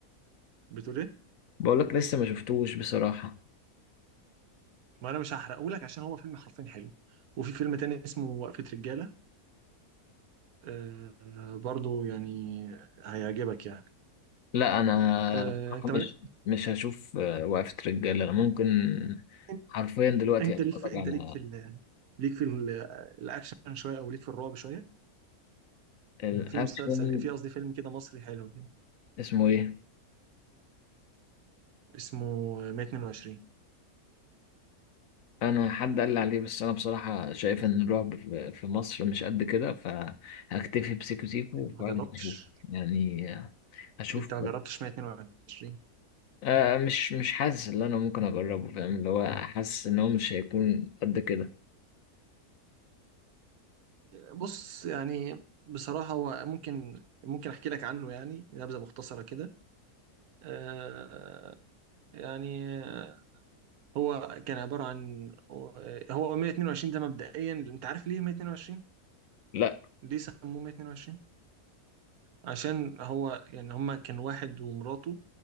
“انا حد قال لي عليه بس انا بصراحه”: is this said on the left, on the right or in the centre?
Left